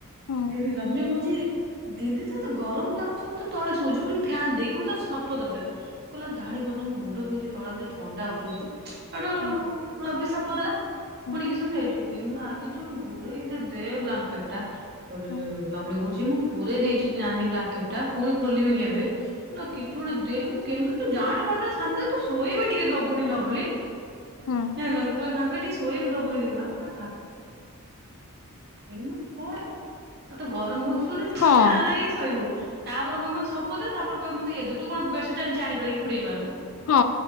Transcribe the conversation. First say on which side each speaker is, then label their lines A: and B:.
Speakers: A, on the left; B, on the right.
A: ହୁଁ
B: ଦିଦି ଲଭଲି ବହୁତ୍ ତି ଦିଦି ତତେ ଗରମ ଲାଗୁଛି କିନ୍ତୁ ତୁ ତଳେ ଶୋଉଚୁ ପୁଣି ଫ୍ୟାନ୍ ଦେଇ ପୁଣି ତାର ସପ ଦରକାର, କହିଲା ଜାଣି ପାରୁଛୁ ମୋ ମୁଣ୍ଡ ବିନ୍ଧୁଚି ତଳେ କେତେ ଥଣ୍ଡା ଉଠୁଛି। <unintelligible>
A: ହୁଁ
B: ଲଭଲି ସପ୍ ପ ଦେଲା।
A: ହୁଁ
B: ଫୁଣି କେତ ସମୟ ରହିଯି ଲିମା କିଛି ଗୋଟେ ଘୋଡେଇ ଦେ ବ୍ଲାଙ୍କେଟ ଟା। ସୋଉଠୁ
A: ହୁଁ
B: ଲ ଲଭଲି କହୁଛି ମୁଁ ପୁରେଇ ଦେଇଛି ନାନୀ ବ୍ଲାଙ୍କେଟ ଟା ପୁଣି ଖୋଲିବିକି ଏବେ କହିଲା କିଛି ଗୋଟେ ଦେ ମୁଁ କେମିତି ତୁ ଜାଣିପାରୁନୁ ତୁ ଶାନ୍ତି ରେ ତୁ ଶୋଇବି ଟିକେ ଦବୁନି ଲଭଲି? <unintelligible>
A: ହୁଁ
B: କହିଲା ଟିକେ ଶୋଇବି ଦବୁନି ଲିମା ମୁଁ ଏଠି ଭା <unintelligible> କଣ ତତେ ଗରମ ହଉଛି। ଯିବୁ ନା ଫ୍ୟାନ
A: ହଁ
B: ଲଗେଇ ଶୋଇବୁ। ତାପରେ କହିବୁ ମତେ ସପ ଦେ ତାପରେ କହିବୁ ମତେ ଇଏ ଦେ ତୁ କଣ ବେଡସିଟ ନିଜେ ଆଣି ପାରିକି ଘୋଡେଇ ହେଇ ପାରୁନୁ।
A: ହଁ